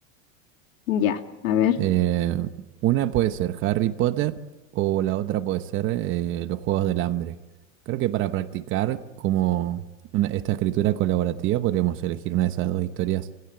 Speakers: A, on the left; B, on the right.
A: Ya, a ver.
B: Eh, una puede ser Harry Potter o la otra puede ser eh, los Juegos del Hambre. Creo que para practicar como una- esta escritura colaborativa podríamos elegir una de esas dos historias